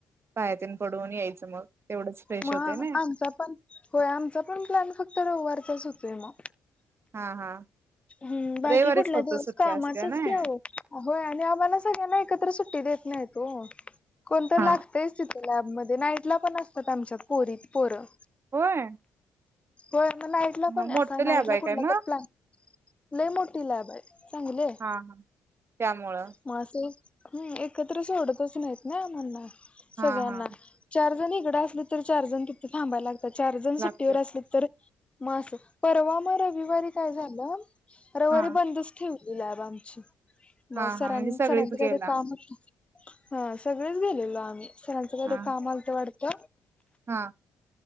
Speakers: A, on the right (about 35°); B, on the left (about 15°).
A: पाया तेन पडून यायचं. मग तेवढंच फ्रेश
B: मग
A: होतंय नई.
B: आमचा पण होय आमचा पण प्लॅन फक्त रविवारचाच होतोय मग,
A: हा हा
B: हम बाकी
A: रविवारीच
B: कुठल्या
A: फक्त
B: दिवस
A: सुट्टी
B: कामाचच
A: असत्या नई
B: की अहो आणि आम्हाला सगळ्यांना एकत्र सुट्टी देत नाहीत हो कोण तर
A: हा.
B: लागतायचं तिथं. लॅबमध्ये नाईटला पण असतात आमच्यात पोरी पोरं
A: होय
B: होय नाईटला
A: हा
B: पण
A: मोठं
B: अस नाईटला
A: लॅब आहे
B: कुठला
A: काय मग
B: तर प्लॅन लय मोठी लॅब आहे चांगली हाय
A: हा हा त्यामुळं
B: मग असं, हम् एकत्र सोडतच नाहीत ना आम्हांला
A: हा
B: सगळ्यांना
A: हा
B: चार जणी अस तर चार जण तिथं थांबायला लागतात चार जण
A: लागतेच
B: सुट्टीवर असली तर, मग अस परवा मग रविवारी काय झालं रविवारी
A: हा
B: बंदच ठेव. लॅब आमची
A: हा
B: मग
A: हा
B: सरांनी
A: म्हणजे सगळीच
B: सरांचं काय
A: गेला
B: तरी काम होतं. हा सगळेच गेलेलो आम्ही सरांचं काय
A: हा
B: तरी काम आलत वाटत.
A: हा